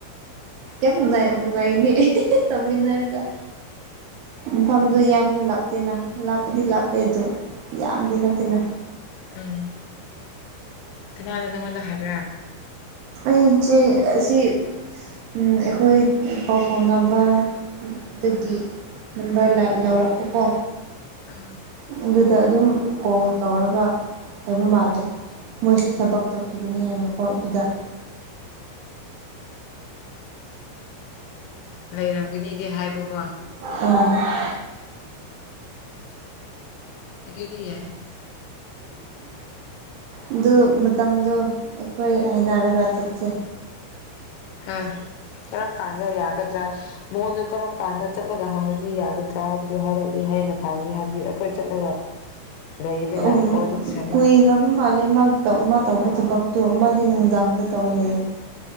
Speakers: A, on the right; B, on the left.
A: ꯌꯥꯝ ꯅꯨꯡꯉꯥꯏ ꯅꯨꯡꯉꯥꯏꯅꯤ ꯇꯧꯃꯤꯟꯅꯔꯒ ꯃꯐꯝꯗꯨ ꯌꯥꯝ ꯂꯥꯞꯇꯦꯅ ꯂꯥꯞꯄꯗꯤ ꯂꯥꯞꯄꯦ ꯑꯗꯨ ꯌꯥꯝꯗꯤ ꯅꯠꯇꯦꯅ꯫
B: ꯎꯝ ꯀꯅꯥꯅ ꯅꯪꯉꯣꯟꯗ ꯍꯥꯏꯕ꯭ꯔꯥ꯫
A: ꯑꯩꯗꯤ ꯑꯁꯤ ꯎꯝ ꯑꯩꯈꯣꯏ ꯄꯥꯎ ꯐꯥꯎꯅꯕ ꯗꯒꯤ ꯅꯝꯕꯔ ꯂꯛ-ꯂꯧꯔꯛꯄꯀꯣ
B: ꯎꯝ
A: ꯑꯗꯨ ꯑꯗꯨꯗ ꯑꯗꯨꯝ ꯀꯣꯜ ꯇꯧꯔꯒ ꯂꯩꯕ ꯃꯥꯜꯂꯦ꯫ ꯃꯣꯏꯁꯨ ꯊꯕꯛ ꯇꯧꯈꯤꯕꯅꯤ ꯍꯥꯏꯅꯀꯣ ꯑꯗꯨꯗ꯫
B: ꯂꯩꯔꯝꯒꯅꯤꯗꯤ ꯍꯥꯏꯕꯀꯣ꯫
A: ꯑ
B: ꯑꯗꯨꯗꯤ ꯌꯥꯏ
A: ꯑꯗꯨ ꯃꯇꯝꯗꯣ ꯑꯩꯈꯣꯏ ꯍꯥꯏꯅꯔꯒ ꯆꯠꯁꯦ꯫
B: ꯍ ꯀꯔꯝ ꯀꯥꯟꯗ ꯌꯥꯒꯗ꯭ꯔꯥ꯫ ꯃꯉꯣꯟꯗ ꯀꯔꯝ ꯀꯥꯟꯗ ꯆꯠꯂꯒ ꯍꯪꯉꯗꯤ ꯌꯥꯒꯗ꯭ꯔꯥ ꯍꯥꯏꯕꯗꯨ ꯍꯥꯏꯔꯛꯑꯗꯤ ꯍꯦꯟꯅ ꯐꯒꯅꯤ ꯍꯥꯏꯕꯗꯤ ꯑꯩꯈꯣꯏ ꯆꯠꯂꯒ ꯂꯩꯒꯗꯅ
A: ꯎꯝ
B: ꯋꯥꯔꯤ ꯁꯥꯟꯅ
A: ꯀꯨꯏꯈ꯭ꯔ ꯕ ꯃꯥꯜꯂꯦ ꯃꯥꯒꯤ ꯃꯥ ꯇꯧꯕ ꯊꯕꯛꯇꯣ ꯃꯥꯗꯤ ꯅꯨꯡꯗꯥꯡꯗ ꯇꯧꯋꯦ ꯍꯥꯏꯌ‌ꯦ꯫